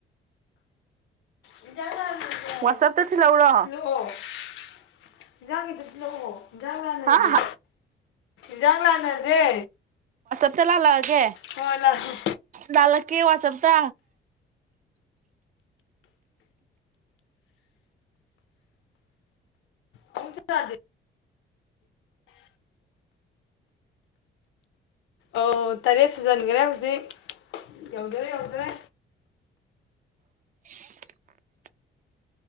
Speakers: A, on the left; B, on the right.
A: <unintelligible>
B: ꯋꯥꯆꯞꯇ ꯊꯤꯜꯂꯛꯎꯔꯣ
A: ꯏꯟꯖꯥꯡꯒꯤꯗꯗꯤ ꯂꯥꯛꯑꯣ ꯏꯟꯖꯥꯡ ꯂꯥꯟꯅꯁꯦ
B: ꯍꯥ
A: ꯏꯥꯡ ꯂꯥꯟꯅꯁꯦ
B: <unintelligible>
A: ꯍꯣꯏ ꯂꯥꯛꯑꯣ
B: ꯀꯦ ꯋꯥ ꯋꯥꯆꯥꯞꯇ
A: ꯑꯃꯨꯛ ꯆꯥꯗꯦ ꯑꯧ ꯇꯔꯦꯠ ꯁꯨꯖꯟꯒꯔꯦ ꯍꯧꯖꯤꯛ ꯌꯧꯗꯣꯔꯦ ꯌꯧꯗꯣꯔꯦ
B: <unintelligible>